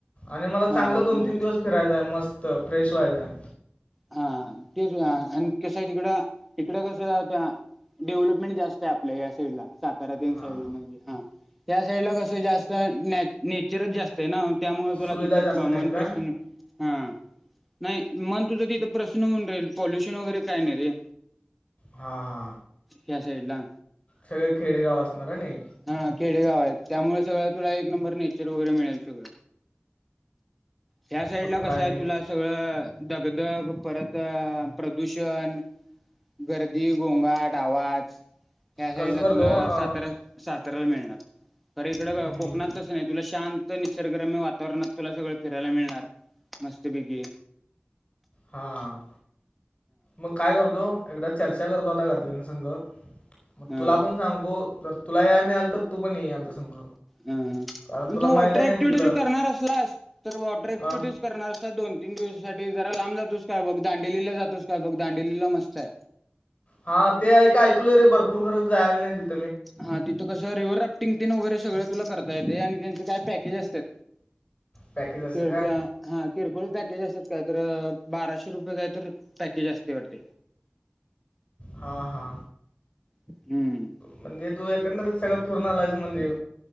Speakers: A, on the left; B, in the centre.
A: आणि मला चांगलं
B: हां रत्नागिरी
A: दोन, तीन दिवस फिरायचाय मस्त, फ्रेश व्हायचाय.
B: हा तेच आणि कशा आहे तिकडं तिकड कसं डेव्हलपमेंट जास्त आहे आपल्या डला सातारा तेन
A: हां
B: साईड ला म्हणजे हा. त्या साईड ला कसं जास्त न नेचरच जास्त आहे ना. त्यामुळे तुला
A: सुविधा
B: तिथ
A: जास्त
B: मन
A: नाहीत का
B: प्रसन्न ह नाही. मन तुझ तिथं प्रश्न होऊन राहील पॉल्युशन वगैरे काय नाही रे.
A: हा हा.
B: त्या साईटला.
A: सगळं खेडेगाव असणार अणि.
B: हा खेडेगाव आहेत. त्यामुळे सगळं तुला एक नंबर नेचर वगैरे मिळेल सगळं. त्या साइड
A: मग
B: ला कसं
A: काय
B: आहे
A: नाही
B: तुला सगळं ढग परत प्रदूषण गर्दी, गोंगाट, आवाज. ह्या साईड
A: कसं
B: ला
A: करतो
B: तुला
A: अं,
B: सातारा साताऱ्याला मिळणार. खरं इकडं
A: हम्म,
B: कोकणात तसं नाही, तुला शांत निसर्गरम्य वातावरणात तुला सगळं फिरायला मिळणार. मस्त पैकी.
A: हा. मग काय करतो एकदा चर्चा करतो आता घरातल्या संग मग
B: हा
A: तुला पण सांगतो, जर तुला या मिळाल तर तू पण ये आमच्या संग.
B: हम्म.
A: कारण
B: मग
A: तुला
B: तू
A: माहिती
B: वॉटर
A: आहे नाही
B: ऍक्टिव्हटीज
A: तिथलं
B: करणार असलास, तर वॉटर ऍक्टिव्हिटीज
A: अं,
B: करणार अस दोन, तीन दिवसासाठी जरा लांब जातोस का बघ दांडेलीला जातोस काय बघ? दांडडेलीला मस्त आहे.
A: हा ते आहे का ऐकलय रे भरपूर खरच जायला नाही तिथ.
B: हा. तिथं कसं रिव्हर राफ्टिंग तेन वगैरे सगळं तुला करता येते आणि त्यांचे काय पॅकेज असतात.
A: पॅकेज
B: <unintelligible>
A: असेल काय
B: किरकोळ पॅकेज असतात काय तर बाराशे रुपये काय तर पॅकेज असते वाटत.
A: हा हा.
B: हम्म
A: म्हणजे तू एक एकंदरीत सगळे फिरून आलईस म्हण